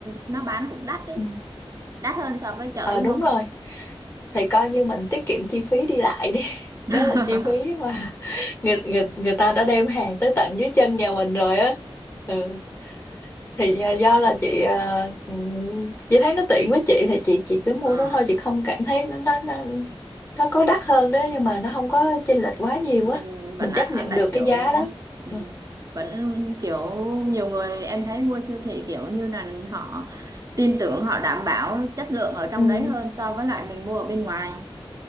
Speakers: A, on the right; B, on the left.
A: nó bán cũng đắt đấy,
B: Ừ.
A: đắt hơn so với chợ
B: Ờ,
A: đúng
B: đúng
A: không?
B: rồi thì coi như mình tiết kiệm chi phí đi lại đi <laughs>
A: <laughs>
B: đó là chi phí mà <laughs> người người người ta đã đem hàng tới tận dưới chân nhà mình rồi á ừ. thì à, do là chị à, ừm, chị thấy nó tiện với chị thì chị chị cứ mua
A: Ờ.
B: đó thôi chị không cảm thấy nó nó nó, nó có đắt hơn đó nhưng mà nó không có chênh lệch quá nhiều
A: mình
B: á
A: vẫn
B: mình
A: ăn,
B: chấp nhận
A: đặt
B: được cái
A: kiểu
B: giá đó
A: ừ,
B: ừ.
A: vẫn kiểu nhiều người em thấy mua siêu thị kiểu như là họ tin tưởng họ đảm bảo chất lượng ở trong
B: Ừ.
A: đấy hơn so với lại mình mua ở bên ngoài